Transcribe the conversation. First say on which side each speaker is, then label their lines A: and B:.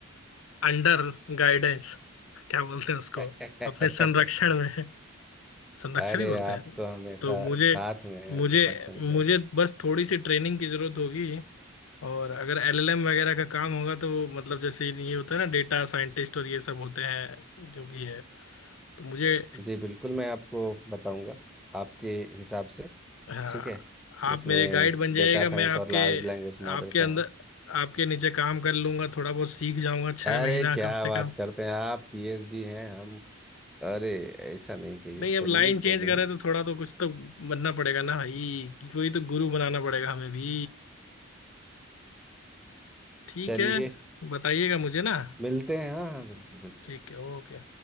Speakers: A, on the left; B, in the centre.
A: अंडर गाइडेंस क्या बोलते हैं उसको
B: <laughs>
A: अपने संरक्षण में संरक्षण
B: अरे
A: ही बोलते
B: आप
A: हैं
B: तो हमेशा
A: तो मुझे
B: साथ में हैं
A: मुझे
B: संरक्षण
A: मुझे
B: क्या
A: बस थोड़ी सी ट्रेनिंग की जरूरत होगी और अगर एलएलएम वगैरह का काम होगा तो मतलब जैसे ये होता है ना डेटा साइंटिस्ट और ये सब होते हैं जो भी है तो मुझे
B: जी बिल्कुल मैं आपको बताऊंगा आपके हिसाब से
A: हाँ
B: ठीक है जिसमें
A: आप मेरे गाइड बन जाइएगा
B: डेटा साइंस
A: मैं आपके
B: और लार्ज लैंग्वेज मॉडल
A: आपके
B: का
A: अंदर
B: हो
A: आपके नीचे काम कर लूंगा थोड़ा बहुत सीख जाऊंगा छह
B: अरे
A: महीना
B: क्या
A: कम से
B: बात
A: कम
B: करते हैं आप पीएचडी हैं हम अरे ऐसा नहीं कहिए
A: नहीं
B: चलिए
A: अब लाइन
B: कोई
A: चेंज
B: नहीं
A: कर रहे हैं तो थोड़ा तो कुछ तो बनना पड़ेगा ना भाई कोई तो गुरु बनाना पड़ेगा हमें भी ठीक
B: चलिए
A: है बताइएगा मुझे ना
B: मिलते हैं हाँ हाँ बिल्कुल बिल्कुल
A: ठीक है ओके